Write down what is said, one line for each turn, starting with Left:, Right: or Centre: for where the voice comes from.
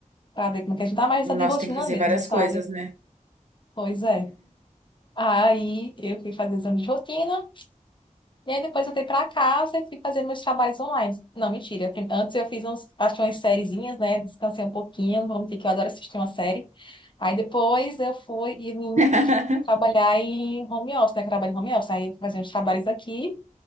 Left: para ver como é que a gente tá, mas
Right: Nossa,
Left: tá de rotina
Right: tem que fazer
Left: mesmo,
Right: várias
Left: sabe?
Right: coisas, né?
Left: Pois é. Aí eu fui fazer exame de rotina. E aí depois eu fui pra casa e fui fazer meus trabalhos online. Não, mentira. Prim- Antes eu fiz uns, acho que umas sériezinhas, né? Descansei um pouquinho, vamos dizer que eu adoro assistir uma série. Aí depois eu fui e vim
Right: <laughs>
Left: trabalhar em home office, né? Que eu trabalho em home office. Aí eu fazia uns trabalhos aqui.